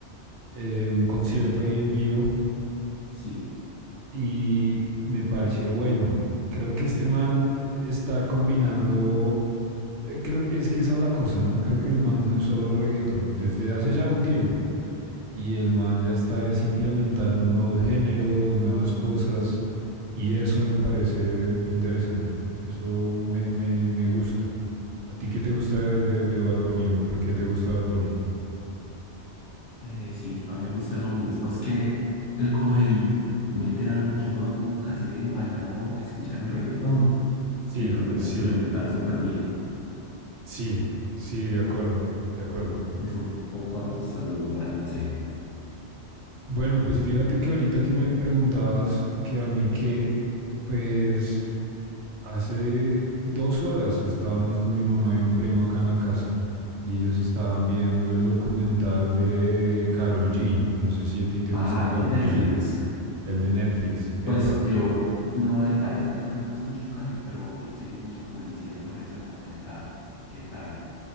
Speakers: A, on the right; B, on the left.
A: eh, un concierto
B: El,
A: ahí en vivo
B: sí.
A: y me pareció bueno. Creo que este man está combinando, eh, creo que es que esa es la cosa, ¿no? Creo que el man no es solo reggaetón, desde hace ya un tiempo. Y el man ya está es, implementando nuevos géneros, nuevas cosas, y eso me parece interesante. Eso me, me, me gusta. ¿A ti qué te gusta de, de, de Bad Bunny o por qué te gusta Bad Bunny?
B: Eh, sí, a mí me gusta eso mismo. Es que él coge y mete algo que uno nunca se hubiera imaginado escuchar en reggaetón
A: Sí,
B: y lo logra
A: sí,
B: implementar súper bien.
A: sí, sí, de acuerdo, de acuerdo.
B: Y eso pocos artistas lo logran hacer.
A: Bueno, pues fíjate que ahorita que me preguntabas que a mí qué, pues hace dos horas estábamos con mi mamá y un primo acá en la casa y ellos estaban viendo el documental de Carol G. No sé si a ti te
B: Ah,
A: gusta Carol
B: el de Netflix.
A: G. El de Netflix. Epa.
B: Pues yo no, a a ella casi no la escucho casi, pero yo seguí mucha publicidad sobre ese documental. ¿Qué tal?